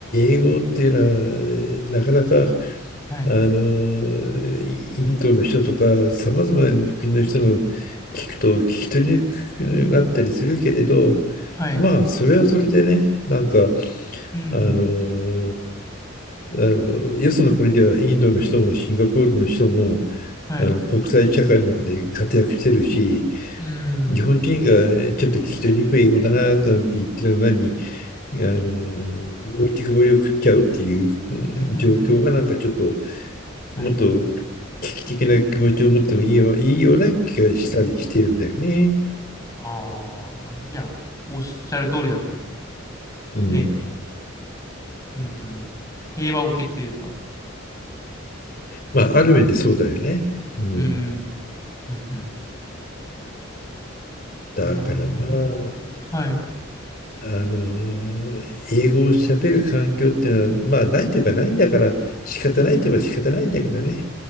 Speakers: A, on the left; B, on the left.
A: 英語っていうのは、なかなか、
B: はい。
A: あの、インドの人とか、さまざまな国の人の聞くと、聞き取りにくくなったりするけれど、
B: はい。
A: まあ、それはそれでね、なんか、
B: うん。
A: あの、あの、よその国ではインドの人もシンガポールの人も、
B: はい。
A: あの、国際社会の中で活躍してるし、
B: うん。
A: 日本人がちょっと聞き取りにくい英語だな、なんて言ってるのに、あの、
B: うん、<laughs> うん。
A: 置いてくぼりを食っちゃうっていううん状況がなんかちょっと、
B: <laughs> はい。
A: もっと危機的な気持ちを持ってもいいよ、いいような気がしたりしてるんだよね。
B: ああ、いや、おっしゃる通りだと。
A: うん。
B: ね、本当に。平和を受けというか。
A: まあ、ある面でそうだよね。うん。
B: うん、うん、うん、うん。うん
A: だからまあ、
B: なるほどな。はい。
A: あの、英語を喋る環境っていうのは、まあ、ないといえばないんだから、仕方ないといえば仕方ないんだけどね。
B: うん。